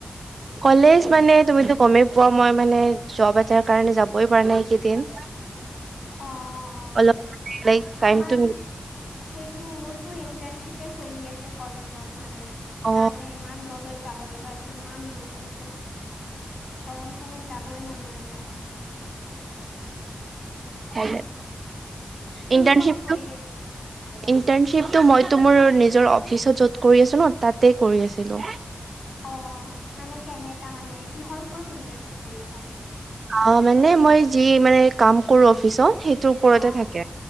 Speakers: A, on the right; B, on the left.
A: কলেজ মানে তুমিতো গমেই পোৱা মই মানে চব এটাৰ কাৰণে যাবই পাৰাই নাই এইকেইদিন
B: অ অ
A: অলপ লাইক টাইমটো
B: আমাৰ সেইটো মোৰতো ইন্টাৰণশ্বিপে চলি আছে কলেজত মানে সেইকাৰণে
A: অ
B: ইমান ৰ'দত যাব লগা হৈছে ইমান ৰ'দ দিছে গৰমখনত যাবই মন নাযায়
A: হেলে
B: তুমি
A: ইণ্টাৰনশিপটো
B: ক'ত কৰি আছা
A: ইণ্টাৰণশ্বিপটো মই তোমাৰ মোৰ নিজৰ অফিচত য'ত কৰি আছো ন তাতে কৰি আছিলো
B: অ মানে কেনেকা মানে কিহৰ ওপৰত ইণ্টাৰ্নশ্বিপ কৰি আছা তুমি
A: অ মানে মই যি মানে কাম কৰো অফিচত সেইটোৰ ওপৰতে
B: অ
A: থাকে
B: অ